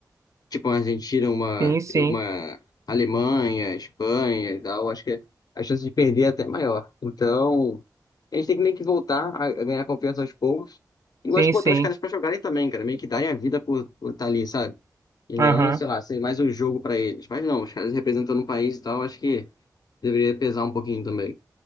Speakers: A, on the left; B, on the right.
A: tipo uma Argentina, uma,
B: Sim, sim.
A: uma Alemanha, Espanha e tal, acho que a chance de perder é até maior. Então, a gente tem que meio que voltar a a ganhar confiança aos poucos. E eu
B: Sim,
A: acho que botar
B: sim.
A: os caras pra jogarem também, cara, meio que darem a vida por estar ali, sabe? E
B: Aham.
A: não, sei lá, ser mais um jogo pra eles. Mas não, os caras representando o país e tal, acho que deveria pesar um pouquinho também.